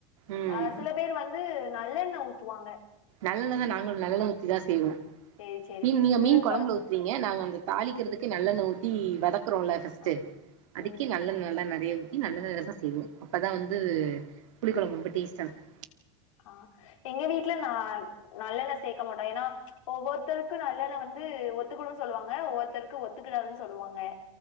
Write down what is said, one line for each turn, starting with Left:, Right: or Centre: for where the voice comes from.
Right: ம்
Left: ஆ சில பேர் வந்து நல்லெண்ணெ ஊத் துவாங்க
Right: நல்லெண்ணெதா நாங்களு நல்லெண்ணெ ஊத்திதா செய்வோ
Left: சேரி சேரி
Right: மீன் நீங்க மீன் கொழம்புல
Left: கொழம்பு
Right: ஊத் நீங்க நாங்க அந்த தாளிக்கிறதுக்கு நல்லெண்ணெ ஊத்தி வதக்குறோல்ல ஃபர்ஸ் த்து
Left: ஆ
Right: அதுக்கே
Left: ம்
Right: நல்லெண்ணெல்லா நெறையா நல்லெண்ணெலதா செய்வோ அப்பதா வந்து புளி கொழம்பு ரொம்ப டேஸ்டா இருக்கு
Left: ஆ எங்க வீட்ல நா நல்லெண்ணெ சேக்க மாட்டோ ஏன்னா ஒவ்வொருத்தருக்கு நல்லெண்ணெ வந்து ஒத்துக்கவு சொல்லுவாங்க ஒவ்வொருத்தருக்கு ஒத்துக்குடாதுன் சொல்லுவாங்க